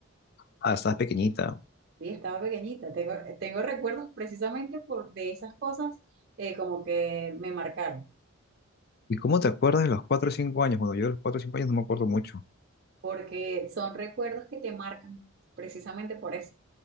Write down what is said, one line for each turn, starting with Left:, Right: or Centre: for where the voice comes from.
Left: Ah, estabas pequeñita.
Right: Sí, estaba pequeñita. Tengo, tengo recuerdos precisamente por de esas cosas eh, como que me marcaron,
Left: ¿Y cómo te acuerdas de los 4 o 5 años? Bueno, yo de los 4 o 5 años no me acuerdo mucho.
Right: porque son recuerdos que te marcan precisamente por eso,